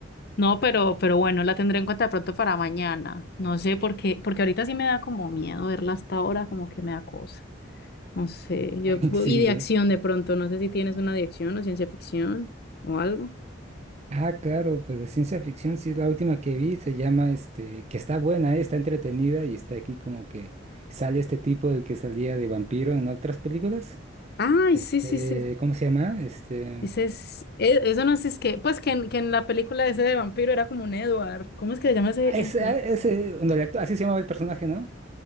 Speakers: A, on the left (about 55°); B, on the right (about 35°).
A: No, pero, pero bueno, la tendré en cuenta de pronto para mañana. No sé por qué, porque ahorita sí me da como miedo verla hasta ahora, como que me da cosa. No sé, yo,
B: <laughs> Sí,
A: y de
B: sí.
A: acción de pronto, no sé si tienes una de acción o ciencia ficción o algo.
B: Ah, claro, pues de ciencia ficción sí es la última que vi, se llama este, que está buena, eh, está entretenida y está aquí como que sale este tipo del que salía de vampiro en otras películas.
A: Ay,
B: Este,
A: sí, sí, sí.
B: ¿cómo se llama? Este,
A: Ese es, e- eso no es, es que, pues que en, que en la película ese de vampiro era como un Edward. ¿Cómo es que se llama ese,
B: ah,
A: ese?
B: ese, ah, ese, donde el actor- así se llamaba el personaje, ¿no?